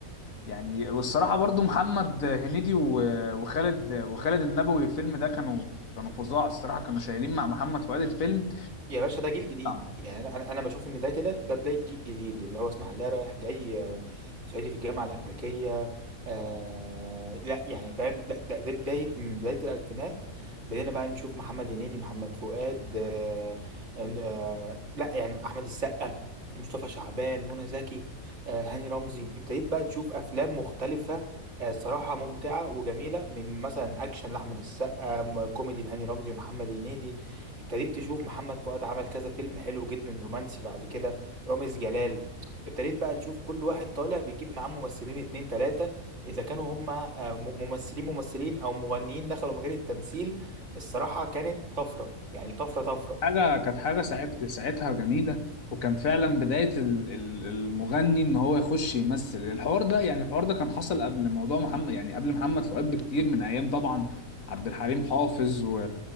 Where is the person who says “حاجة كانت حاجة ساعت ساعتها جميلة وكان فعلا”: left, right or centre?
Left